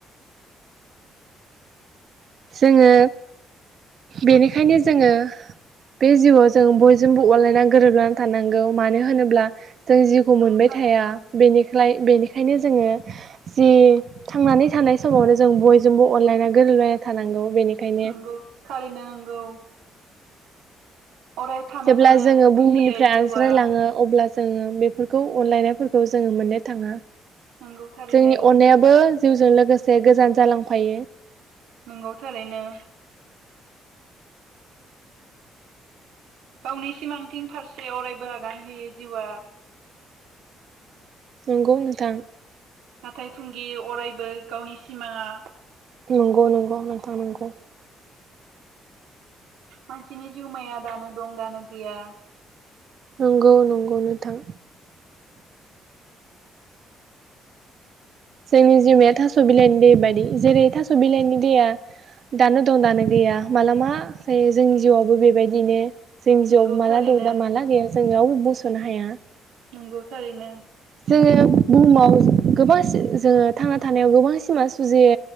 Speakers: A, on the right; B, on the right.
A: जोङो बेनिखायनो जोङो बे जिउआव जों बयजोंबो अनलायनानै गोरोबनानै थानांगौ मानो होनोब्ला जों जिउखौ
B: नंगौ
A: मोनबाय
B: थारैनो
A: थाया बेनिफ्राय बेनिखाय ओंखायनो जोङो जि थांनानै थानाय समावनो जों बयजोंबो अनलायना गोरोबलायना थानांगौ। बेनिखायनो
B: नंगौ थारैनो नंगौ। अराय थानो
A: जेब्ला
B: सानो
A: जोङो
B: खुसियै
A: बुहुमनिफ्राय आनज्रायलाङो
B: जिउआ
A: अब्ला जोङो बेफोरखौ अनलायनायफोरखौ जोङो मोननो थाङा।
B: नंगौ थारैनो
A: जोंनि अननायाबो जिउजों लोगोसे गोजान जालांफायो।
B: नंगौ थारैनो गावनि सिमांथिं फारसे अरायबो आगान होयो जिउआ
A: नंगौ नोंथां
B: नाथाय थुंगियो अरायबो गावनि सिमाङा
A: नंगौ नंगौ नोंथां नंगौ
B: मानसिनि जिउमाया दानो दं दानो गैया
A: नंगौ नंगौ नोंथां जोंनि जिउमाया थास बिलाइनि दै बायदि जेरै थास बिलाइनि दैया दानो दं दानो गैया मालाबा जायो जोंनि जिउआवबो बेबायदिनो। जोंनि
B: नंगौ
A: जिवआवबो माला
B: थारैनो
A: दं दा माला गैया जोंनियाव बो सोनो हाया
B: नंगौ थारैनो
A: जोङो बुहुमाव गोबां जोङो थांना थानायाव गोबां सिमां सुजियो